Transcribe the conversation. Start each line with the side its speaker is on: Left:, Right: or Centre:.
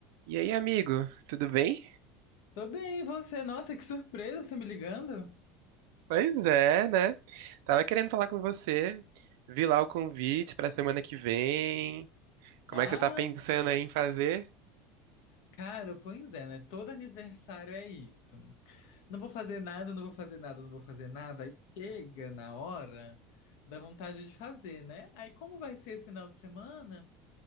Right: E aí, amigo, tudo bem?
Left: Tô bem, e você? Nossa, que surpresa você me ligando.
Right: Pois é, né? Tava querendo falar com você. Vi lá o convite pra semana que vem. Como
Left: Ah,
Right: é que você tá pensando aí em fazer?
Left: cara, pois é, né? Todo aniversário é isso. Não vou fazer nada, não vou fazer nada, não vou fazer nada. Aí chega na hora, dá vontade de fazer, né? Aí como vai ser esse final de semana?